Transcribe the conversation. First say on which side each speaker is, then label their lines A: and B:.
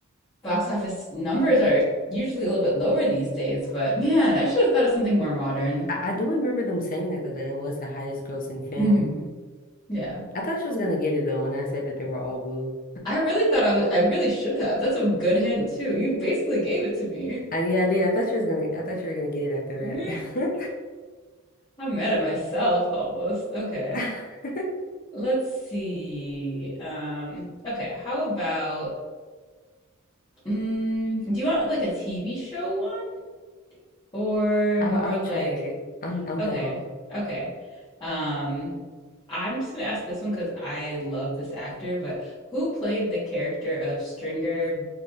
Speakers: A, on the left; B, on the left.
A: box office numbers are usually a little bit lower these days. But man, I should have thought of something more modern.
B: I, I do remember them saying that, that it was the highest grossing film.
A: hmm Yeah.
B: I thought she was gonna get it though when I said that they were all blue.
A: I really thought I was, I really should have. That's a good hint too. You basically gave it to me.
B: I, yeah, I did. I thought she was gonna. I thought you were gonna get it after
A: Meh, I'm mad at myself almost. Okay.
B: that.
A: Let's see. Um, okay, how about mm, do you want like a TV show one or
B: <laughs> I'll
A: more
B: I'll
A: like
B: try it. I'm I'm
A: okay,
B: down.
A: okay. Um, I'm just gonna ask this one because I love this actor, but who played the character of Stringer